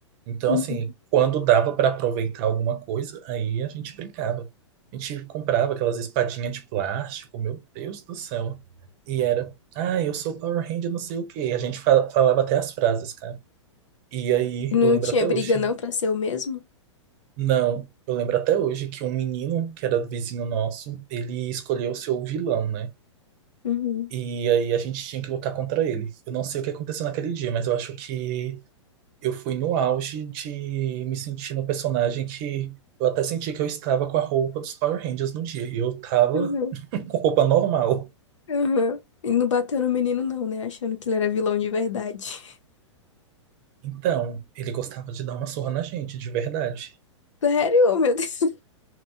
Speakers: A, on the right; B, on the left.
A: Então,
B: Uhum.
A: assim, quando dava para aproveitar alguma coisa, aí a gente brincava. A gente comprava aquelas espadinhas de plástico, meu Deus do céu. E era, ah, eu sou Power Ranger, não sei o quê. A gente fa- falava até as frases, cara. E aí,
B: E não
A: eu lembro
B: tinha
A: até
B: briga
A: hoje.
B: não pra ser o mesmo?
A: Não, eu lembro até hoje que um menino que era vizinho nosso, ele escolheu ser o seu vilão, né?
B: Uhum.
A: E aí a gente tinha que lutar contra ele. Eu não sei o que aconteceu naquele dia, mas eu acho que eu fui no auge de me sentir no personagem que eu até senti que eu estava com a roupa dos Power Rangers no dia. E eu tava
B: Uhum.
A: <laughs> com roupa normal.
B: Uhum. E não bateu no menino não, né? Achando que ele era vilão de verdade. <laughs>
A: Então, ele gostava de dar uma surra na gente, de verdade.
B: Sério? Oh, meu Deus. <laughs>